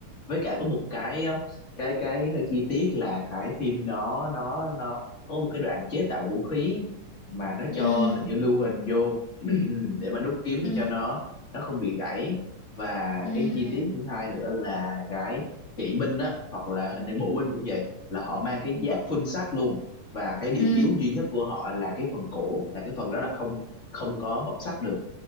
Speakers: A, on the left (about 30°); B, on the left (about 85°).
A: với cả có một cái um, cái cái hơi chi tiết là cái phim đó nó nó có một cái đoạn chế tạo vũ khí mà nó
B: ừ
A: cho hình như lưu huỳnh vô <clears throat> để mà đúc kiếm
B: ừ
A: cho nó nó không bị gãy và
B: ừ
A: cái chi tiết thứ hai nữa là cái kỵ binh á hoặc là hình như bộ binh cũng vậy là họ mang cái
B: ừ
A: giáp phun sắt luôn và cái điểm
B: ừ
A: yếu duy nhất của họ là cái phần cổ là cái phần đó là không không có bọc sắt được